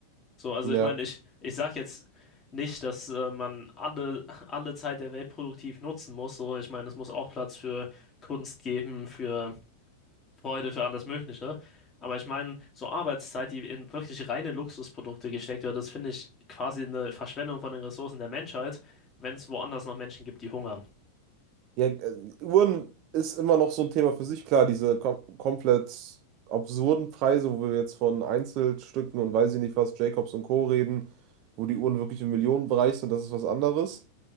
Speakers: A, on the left; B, on the right.
A: So, also
B: Ja.
A: ich meine, ich, ich sag jetzt nicht, dass äh, man alle, alle Zeit der Welt produktiv nutzen muss. So, ich meine, es muss auch Platz für Kunst geben, für Freude für alles Mögliche. Aber ich meine, so Arbeitszeit, die in wirklich reine Luxusprodukte gesteckt wird, das finde ich quasi eine Verschwendung von den Ressourcen der Menschheit, wenn es woanders noch Menschen gibt, die hungern.
B: Ja, äh, Uhren ist immer noch so ein Thema für sich. Klar, diese kom komplett absurden Preise, wo wir jetzt von Einzelstücken und weiß ich nicht was, Jacobs und Co. reden, wo die Uhren wirklich im Millionenbereich sind, das ist was anderes.